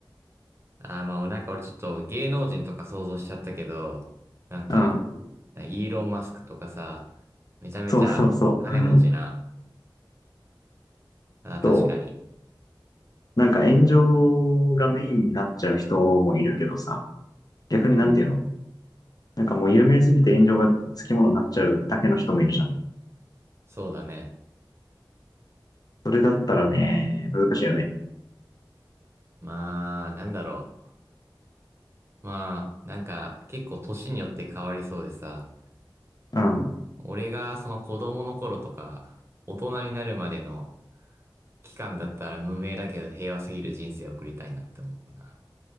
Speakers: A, on the right; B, on the left.
A: あーまあ、なんか俺ちょっと芸能人とか想像しちゃったけど、なんか、
B: うん。
A: イーロン・マスクとかさ、めちゃめちゃ金持ちな。
B: そうそうそう。<laughs>
A: あー、確かに。
B: そう。なんか炎上がメインになっちゃう人もいるけどさ。逆になんていうの
A: うん。
B: なんかもう有名すぎて炎上がつきものになっちゃうだけの人もいるじゃん。
A: そうだね。
B: それだったらね、難しいよね。
A: まあ、なんだろう。まあ、なんか結構年によって変わりそうでさ、
B: うん。
A: 俺がその子供の頃とか、大人になるまでの期間だったら無名だけど平和すぎる人生を送りたいなって思うな。